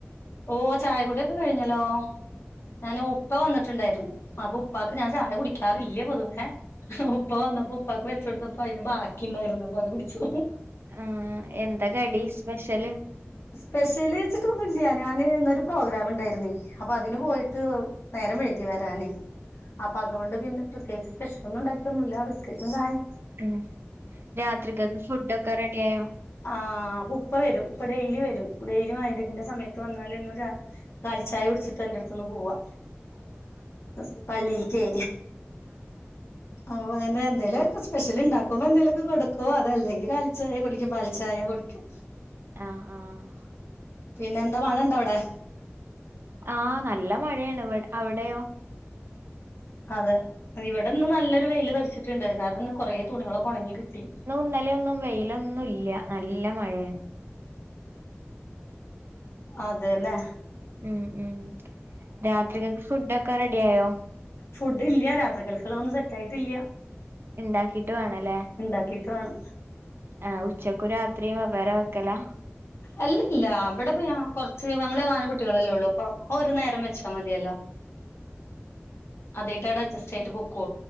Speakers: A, on the left; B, on the right.
A: ഓഹ് ച്ചായ കുടി ഒക്കെ കഴിഞ്ഞല്ലോ ഞാന് ഉപ്പ വന്നിട്ട്ണ്ടായിരുന്നു അപ്പൊ ഉപ്പാക്ക് ഞാൻ ചായ കുടി കാറില്ല്യ പൊതുവെ ഉപ്പ വന്നപ്പോ ഉപ്പാക്ക് വെ ച്ചൊടുത്തപ്പയിന് ബാക്കി ണ്ടായിരുന്നു അപ്പത് കുടിച്ചു
B: ആഹ് എന്ത കടി സ് പെഷല്
A: സ്പെഷ്യല് ച്ചിട്ടൊന്നുല്ല ഞാന് ന്നൊരു പ്രോഗ്രാമുണ്ടായിരുന്നേ അപ്പതിന് പോയിട്ട് നേരം വഴുകി വരാനേ അപ്പതോണ്ട് പിന്നെ പ്ര ത്യേകിച്ച് സ്പെഷ്യലൊന്നു ണ്ടാക്ക്യൊന്നുല്ല ബിസ്ക്കറ്റും ചായെം
B: ഉം രാത്രിക്കക്ക് ഫുഡ്ഡൊക്കെ റെഡിയായോ?
A: ആഹ് പു പ്പ വരും ഉപ്പ ഡെയിലി വരും ഡെയിലി മയിരിബിന്റെ സമയത്ത് വന്നാല്ന്ന് ചാ കാലിച്ചായ കുടിച്ചിട്ടാന്റെടുത്തുന്ന് പോവാ അസ് പള്ളീൽക്കെ ആവാനേ ന്തേലൊക്കെ സ്പെഷ്യലു ണ്ടാക്കു അപ്പ ന്തേലൊക്കെ കൊടു ക്കോ അതല്ലെങ്കി കാലിച്ചായേ കുടിക്കും പാൽച്ചായേ കുടിക്കും
B: ആഹ് ആഹ്
A: പിന്നെന്താ മഴ ണ്ടവിടെ?
B: ആഹ് നല്ല മഴയാണിവ്ട അവിടെയോ?
A: അതെ ഇവിടന്ന് നല്ലൊരു വെയില് തെറിച്ചിട്ടുണ്ട് കാരണം ന്ന് കൊറേ തുണികളൊക്കൊണങ്ങി കിട്ടി
B: ന്നലെയൊന്നും വെയിലൊന്നുല്ല നല്ല മഴയാണ്
A: അതേല്ലേ
B: ഉം ഉം രാത്രിക്കക്ക് ഫുഡൊക്കെ റെഡിയായോ?
A: ഫുഡ്ഡില്ല രാത്രിക്കൾക്കള്ളഒന്നും സെറ്റായിട്ടില്ല്യ
B: ഇണ്ടാക്കീട്ട് വേണല്ലേ
A: ഇണ്ടാക്കീട്ട് വേണം
B: ഏഹ് ഉച്ചക്കു രാത്രിയും വെവ്വേറെ വെക്കലാ?
A: അല്ലല്ല വിടെപ്പ ഞാ കൊർച്ച് ഞങ്ങള് നാല് കുട്ടികളല്ലേ ഉള്ളു പ്പ ഒരു നേരം വെച്ചാ മതിയല്ലോ അതേയ്ട്ടാടഡ്ജസ്റ്റ് ചെയ്ത് പോം